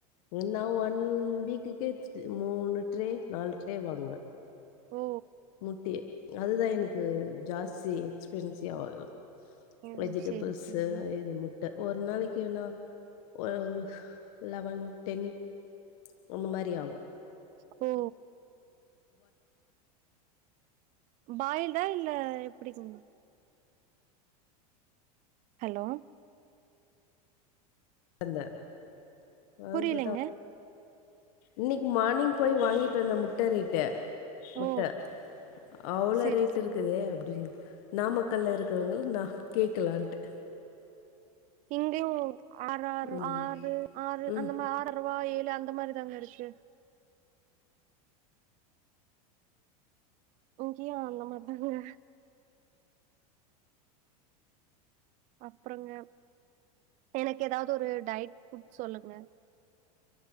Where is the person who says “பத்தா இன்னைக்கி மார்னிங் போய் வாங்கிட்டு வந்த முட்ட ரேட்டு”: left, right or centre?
Left